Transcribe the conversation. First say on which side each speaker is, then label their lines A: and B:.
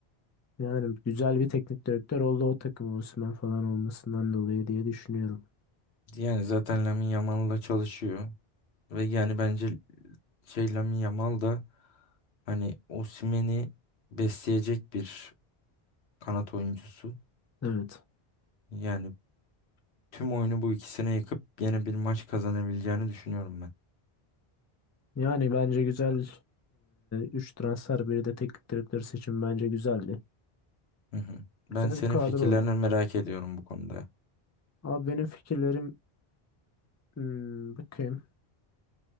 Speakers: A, on the left (about 20°); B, on the left (about 80°).
A: Yani güzel bir teknik direktör oldu o takım Osimhen falan olmasından dolayı diye düşünüyorum.
B: yani zaten Lamine Yamal'la çalışıyor. Ve yani bence şey Lamine Yamal da hani Osimhen'i besleyecek bir kanat oyuncusu.
A: Evet.
B: Yani tüm oyunu bu ikisine yıkıp yine bir maç kazanabileceğini düşünüyorum ben.
A: Yani bence güzel 3 transfer biri de teknik direktör seçim bence güzeldi.
B: Hı hı.
A: Güzel
B: Ben senin
A: bir kadro
B: fikirlerini
A: oldu.
B: merak ediyorum bu konuda.
A: Abi benim fikirlerim hmm, bakayım.